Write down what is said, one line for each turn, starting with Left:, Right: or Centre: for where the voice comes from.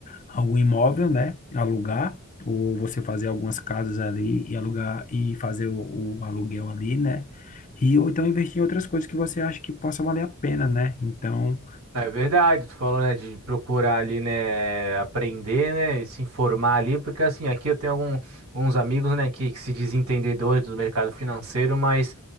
Left: algum imóvel, né, alugar, ou você fazer algumas casas ali e alugar e fazer o, o aluguel ali, né? E, ou então investir em outras coisas que você acha que possa valer a pena, né? Então,
Right: É verdade, tu falou, né, de procurar ali, né, aprender, né, e se informar ali, porque assim, aqui eu tenho algum- alguns amigos, né, que, que se dizem entendedores do mercado financeiro, mas